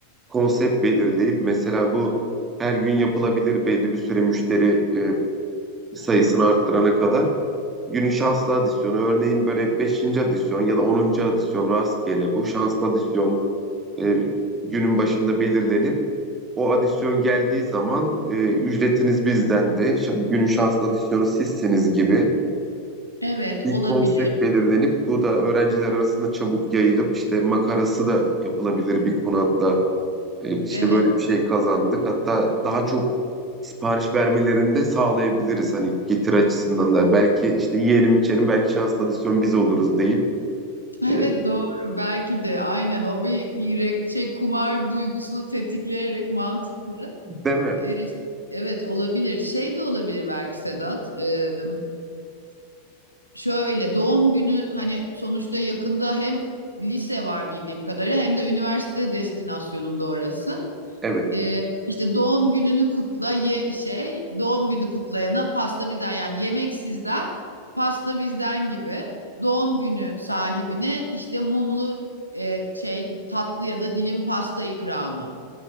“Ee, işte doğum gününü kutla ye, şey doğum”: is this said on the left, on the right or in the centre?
Right